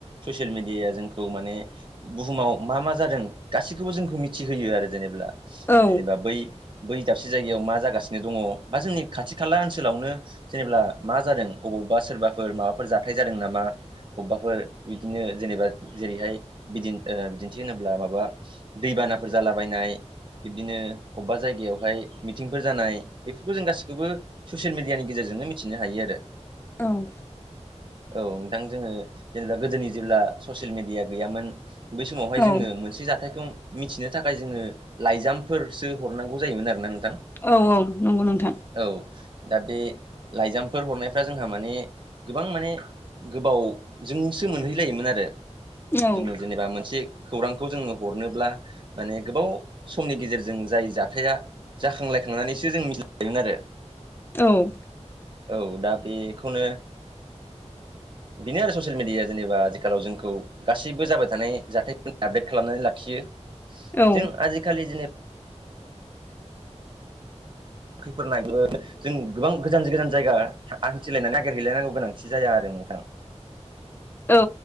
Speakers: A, on the right; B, on the left.
A: ससियेल मिडियाया जों खौ माने बुहुमाव मा मा जादों गासैखौबो जोंखौ मिथिहोयो आरो जेनेबा
B: औ
A: जेनेबा बै बै दाबसे जायगायाव मा जागासिनो दङ बा जोंनि खाथि खाला ओनसोलावनो जेनेबा मा जादों अबावबा सोरबाफोर माबाफोर जाथाय जादों नामा अबबाफोर बिदिनो जेनेबा जेरैहाय बिदि बिदिन्थि होनोब्ला माबा दैबानाफोर जालाबायनाय बिबदिनो अबेबा जायगायावहाय मिथिंफोर जानाय बेफोरखौ जों गासिखौबो ससियेल मिडियानि गेजेरजोंनो मिथिनो हायो आरो।
B: औ
A: औ नोंथां जोङो जेनेबा गोदोनि जेब्ला ससियेल मिडिया गैयामोन बै समावहाय
B: औ
A: जोङो मोनसे जाथायखौ मिथिनो थाखाय जोङो लाइजामफोरसो हरनांगौ जायोमोन आरोोना नोंथां।
B: औ औ नंगौ नोंथां।
A: औ दा बे लाइजामफोर हरनायफ्रा जोंहा माने गोबां माने गोबावजोंसो मोनहैलायोमोन आरो
B: औ
A: जोङो जेनेबा मोनसे खौरांखौ जोङो हरनोब्ला माने गोबाव समनि गेजेरजों जाय जाथाया जाखांलायखांनानैसो जों मिथिायोमोन आरो
B: औ
A: औ दा बेखौनो बिनो आरो ससियेल मिडिया जेनेबा आथिखालाव जों खौ गासैबो जाबाय थानाय जाथाय आपडेट खालामनानै लाखियो।
B: औ
A: जों आजिखालि <unintelligible> जों गोबां गोजान गोजान जायगा आान्थिलायनानै नागिरहैलायनांगौ गोनांथि जाया आरो नोंथाङा।
B: औ